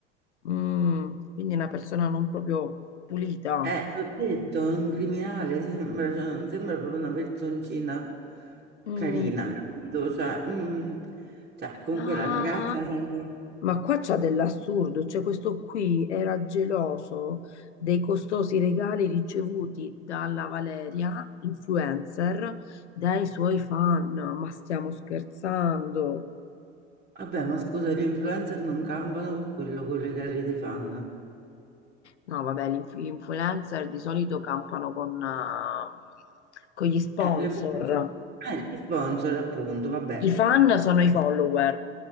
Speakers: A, on the left (about 80°); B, on the right (about 30°).
A: mm, quindi una persona non proprio pulita.
B: eh, ti ho detto, un criminale sembra, cioè, non sembra proprio una personcina
A: Mm.
B: carina, capito? Cioè, mm, cioè, comunque
A: Ah,
B: la ragazza, cioè,
A: Ma qua c'ha dell'assurdo, cioè questo qui era geloso dei costosi regali ricevuti dalla Valeria, influencer, dai suoi fan. Ma stiamo scherzando?
B: vabbè, ma scusa, gli influencer non campano con quello, con le gare dei fan.
A: No, vabbè, gli inf- gli influencer di solito campano con, eh, con gli sponsor.
B: Eh, le pubblicità, eh, gli sponsor appunto, vabbè.
A: I fan sono i follower.